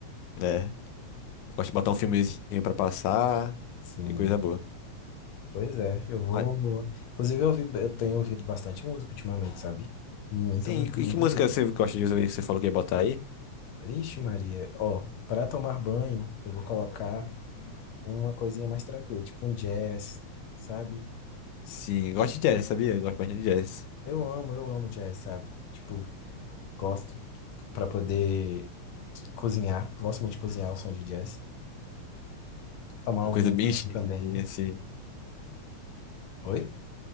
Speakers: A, on the left; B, on the left.
A: É, gosto de botar um filmezinho pra passar,
B: Sim.
A: e coisa boa.
B: Pois é, eu vou.
A: Mas,
B: Inclusive, eu ouvi, eu tenho ouvido bastante música ultimamente, sabe? Muita,
A: sim,
B: muita,
A: e
B: muita
A: que música
B: mesmo.
A: você gosta de usar aí que você falou que ia botar aí?
B: Ixi, Maria, ó, para tomar banho, eu vou colocar uma coisinha mais tranquila, tipo um jazz, sabe?
A: Sim, gosto de jazz, sabia? Gosto bastante de jazz.
B: Eu amo, eu amo jazz, sabe? Tipo, gosto para poder cozinhar, gosto muito de cozinhar o som de jazz. Tomar
A: Uma
B: um
A: coisa
B: vinhozinho
A: bem chique,
B: também.
A: assim,
B: Oi?